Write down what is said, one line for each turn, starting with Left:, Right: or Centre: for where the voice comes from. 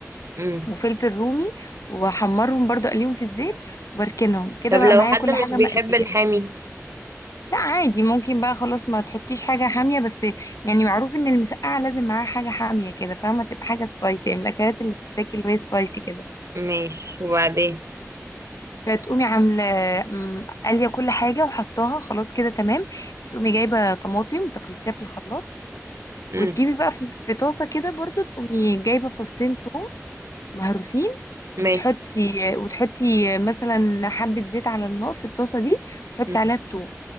Right: امم
Left: وفلفل رومي واحمرهم برضو اقليهم في الزيت واركنهم كده
Right: طب لو
Left: بقى معايا
Right: حد
Left: كل
Right: مش
Left: حاجه
Right: بيحب
Left: مقليه
Right: الحامي
Left: لا عادي ممكن بقى خلاص ما تحطيش حاجه حاميه بس يعني معروف ان المسقعه لازم معاها حاجه حاميه كده فاهمه تبقى حاجه سبايسي من الاكلات اللي بتتاكل وهي سبايسي كده
Right: ماشي وبعدين
Left: فتقومي عامله أم، قاليه كل حاجه وحطاها خلاص كده تمام بتقومي جايبه طماطم تخلطيها في الخلاط
Right: امم
Left: وتجيبي بقى في في طاسه كده برضو تقومي جايبه فصين توم مهروسين
Right: ماشي
Left: وتحطي وتحطي مثلا حبه زيت على النار في الطاسه دي وتحطي
Right: امم
Left: عليها التوم